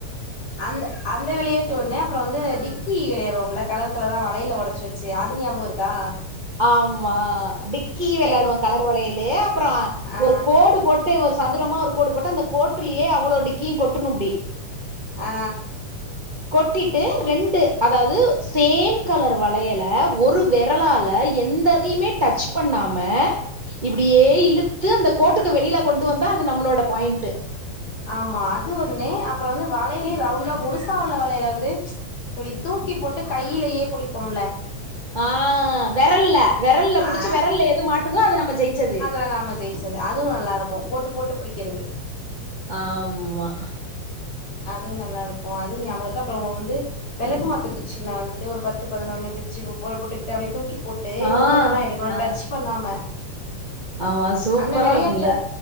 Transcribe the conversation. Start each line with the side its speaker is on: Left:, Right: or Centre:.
Left: அந்த அந்த விளையாட்டு ஒன்னு அப்றோ வந்து டிக்கி விளையாடுவோல கலர் கலரா வளயல ஒடச்சு செ‌ அது ஞாபகோ இருக்கா
Right: ஆமா டிக்கி வெளயாடுவோ
Left: எல்
Right: கலர் வளையலு அப்றோ
Left: ஆ
Right: ஒரு கோடு போட் டு ஒரு சதுரமா ஒரு கோடு போட்டு அந்த கோட்டிலயே அவ்ளோ டிக்கீயு கொட்ணுப்டி
Left: ஆ
Right: கொட்டிட்டு ரெண்டு அதாவ்து சேம் கலர் வளையல ஒரு வெரலால எந்ததியுமே டச் பண்ணாம இப்டியே இழுத்து அந்த கோட் டுக்கு வெளில கொண்டு வந்தா அது நம்ளோட பாயிண்ட்டு
Left: ஆமா அது ஒன்னு அப்றோ வந்து வளைலே ரவுண்டா முழுசா உள்ள வளைல வந்து இப்டி தூக்கி போட்டு கையிலேயே புடிப்போம்ல
Right: ஆ‌ வெரல்ல வெரல்ல புடிச்சு
Left: ஆ
Right: வெரல்ல எது மாட்டுதோ அது நம்ம ஜெய்ச்சது
Left: அது நம்ம ஜெயி ச்சது அதுவு நல்லாருக்கூ போட்டு போட்டு புடிக்கிறது
Right: ஆம்மா
Left: அதுவு நல்லாருக்கூ அதுவு ஞாபகோ இருக்கு அப்றோ வந்து வெளக்க மாத்து குச்சி நா வந்துட்டு ஒரு பத்து பதுனொன்னு பிச்சு போ போட்டுக்கிட்டு அப்டியே தூக்கி போட்டு
Right: ஆ
Left: ஒன்னு ஒன்னா எடுக்கணு
Right: ஆ
Left: டச் பண்ணாம
Right: ஆமா சூப்பரா
Left: அந்த விளையாட்டு
Right: இருக்கூல